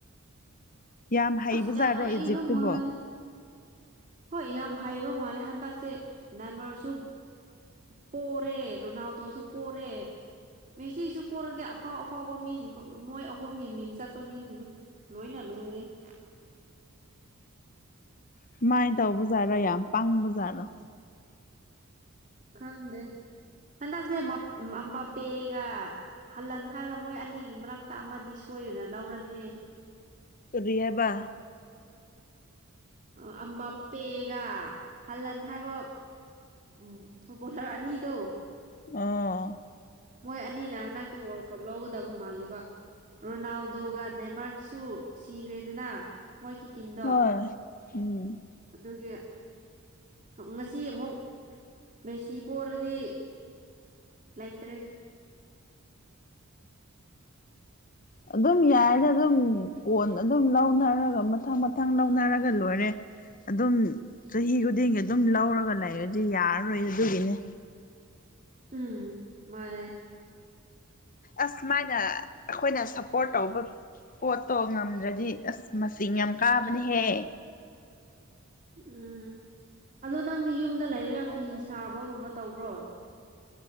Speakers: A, on the left; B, on the right.
A: ꯌꯥꯝ ꯍꯩꯕꯖꯥꯠꯔꯣ
B: ꯑꯁ ꯌꯥꯝ ꯍꯩꯕ
A: ꯏꯖꯤꯞꯇꯨꯕꯣ꯫
B: ꯃꯥꯜꯂꯦ ꯍꯣꯏ ꯌꯥꯝ ꯍꯩꯕ ꯃꯥꯜꯂꯦ ꯍꯟꯗꯛꯁꯦ ꯅꯦꯃꯔꯁꯨ ꯄꯣꯔꯦ ꯔꯣꯅꯥꯜꯗꯣꯁꯨ ꯄꯣꯔꯦ꯫ ꯃꯦꯁꯤꯁꯨ ꯄꯣꯔꯗꯤ ꯑꯐꯥꯎ ꯑꯐꯥꯎꯕ ꯃꯤꯁꯤꯡ ꯂꫭ ꯃꯣꯏ ꯑꯍꯨꯝꯒꯤ ꯃꯤꯡ ꯆꯠꯄ ꯃꯤꯁꯤꯡꯅ ꯂꯣꯏꯅ ꯂꯣꯏꯔꯦ꯫
A: ꯁꯨꯃꯥꯏꯅ ꯇꯧꯕꯖꯥꯠꯔꯣ ꯌꯥꯝ ꯄꯪꯕ ꯖꯥꯠꯔꯣ꯫
B: ꯈꯪꯗꯦ ꯍꯟꯗꯁꯦ ꯃꯞ ꯎꯝ ꯑꯝꯕꯥꯄꯦꯒ ꯍꯜꯂꯟ ꯍꯥꯏꯕ꯭ꯔꯥ ꯃꯣꯏ ꯑꯅꯤꯒꯤ ꯃꯔꯛꯇ ꯑꯃꯗꯤ ꯁꯣꯏꯗꯅ ꯂꯧꯔꯅꯤꯍꯦ꯫
A: ꯀꯔꯤ ꯍꯥꯏꯕꯥ꯫
B: ꯑ ꯑꯝꯕꯄꯦꯒ ꯍꯜꯂꯟ ꯍꯥꯏꯕ ꯎꯝ ꯐꯨꯠꯕꯣꯂꯔ ꯑꯅꯤꯗꯣ꯫
A: ꯑꯣ꯫
B: ꯃꯣꯏ ꯑꯅꯤꯅ ꯍꯟꯗꯛꯇꯤ ꯋꯥꯔꯜ ꯀꯞ ꯂꯧꯒꯗꯕ ꯃꯥꯜꯂꯦꯕ ꯔꯣꯅꯥꯜꯗꯣꯒ ꯅꯦꯃꯔ ꯁꯨ ꯁꯤꯈ꯭ꯔꯦꯗꯅ꯫ ꯃꯣꯏꯒꯤ ꯇꯤꯝ
A: ꯍꯣꯏ ꯎꯝ꯫
B: ꯑꯗꯨꯒꯤ꯫ ꯉꯁꯤ ꯑꯃꯨꯛ ꯃꯦꯁꯤ ꯄꯣꯔꯗꯤ ꯂꯩꯇ꯭ꯔꯦ꯫
A: ꯑꯗꯨꯝ ꯌꯥꯏꯗ ꯑꯗꯨꯝ ꯀꯣꯟ ꯑꯗꯨꯝ ꯂꯧꯅꯔꯒ ꯃꯊꯪ-ꯃꯊꯪ ꯂꯧꯅꯔꯒ ꯂꯣꯏꯔꯦ꯫ ꯑꯗꯨꯝ ꯆꯍꯤ ꯈꯨꯗꯤꯡꯒꯤ ꯑꯗꯨꯝ ꯂꯧꯔꯒ ꯂꯩꯔꯗꯤ ꯌꯥꯔꯔꯣꯏ ꯑꯗꯨꯒꯤꯅꯦ꯫
B: ꯎꯝ ꯃꯥꯅꯦ꯫
A: ꯑꯁ ꯃꯥꯥꯏꯅ ꯑꯈꯣꯏꯅ ꯁꯞꯄꯣꯔꯠ ꯇꯧꯕ ꯄꯣꯠꯇꯣ ꯉꯝꯗ꯭ꯔꯗꯤ ꯑꯁ ꯃꯁꯤꯡ ꯌꯥꯝ ꯀꯥꯕꯅꯤꯍꯦ꯫
B: ꯎꯝ ꯑꯗꯣ ꯅꯪꯗꯤ ꯌꯨꯝꯗ ꯂꯩꯔꯒ ꯐꯤ ꯁꯥꯕꯒꯨꯝꯕ ꯇꯧꯕ꯭ꯔꯣ꯫